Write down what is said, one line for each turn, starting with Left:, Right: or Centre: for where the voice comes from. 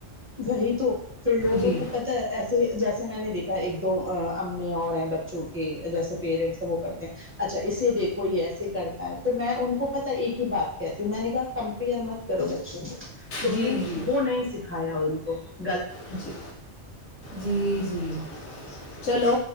Right: وہی تو پھر لوگوں
Left: جی
Right: کو پتا ایسا جیسے میں نے دیکھا ایک دو امی اور ہیں بچوں کے جیسے پیرنٹس وہ کرتے ہیں اچھا اسے دیکھو یہ ایسے کرتا ہے تو میں ان کو پتا ایک ہی بات کہتی ہوں میں نے کہا کمپیئر مت کرو بچوں کو تم
Left: جی
Right: نے
Left: جی
Right: وہ نہیں سیکھا <inaudible>
Left: جی جی جی چلو